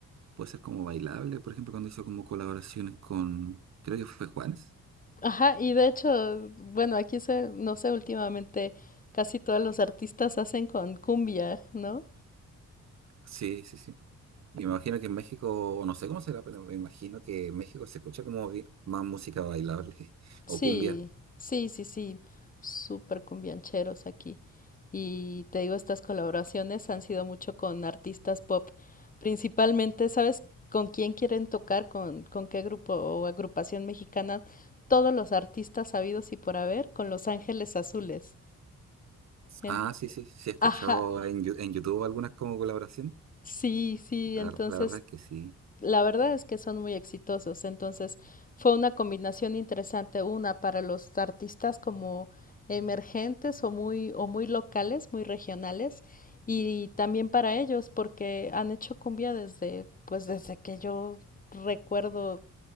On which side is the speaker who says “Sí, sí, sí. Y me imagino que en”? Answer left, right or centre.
Right